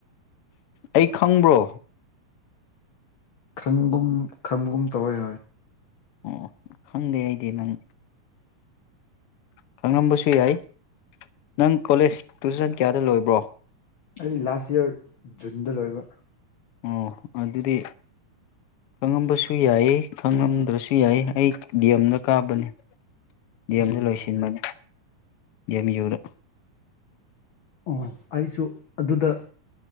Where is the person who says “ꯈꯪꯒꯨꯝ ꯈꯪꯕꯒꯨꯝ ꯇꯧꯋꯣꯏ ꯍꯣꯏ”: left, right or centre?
Left